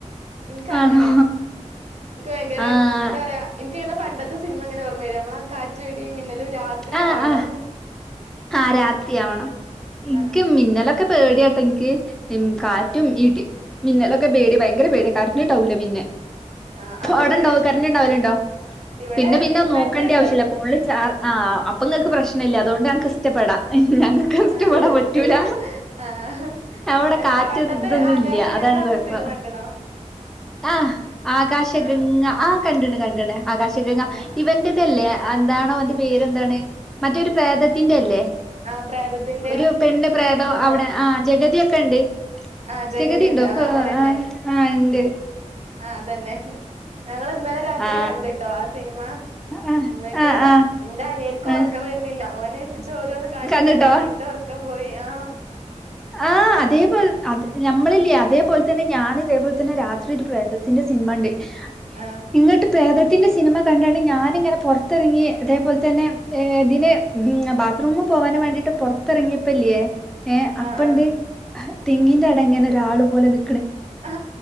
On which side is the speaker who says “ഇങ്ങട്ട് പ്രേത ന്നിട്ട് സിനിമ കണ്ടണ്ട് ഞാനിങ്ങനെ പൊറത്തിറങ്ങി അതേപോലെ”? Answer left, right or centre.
Centre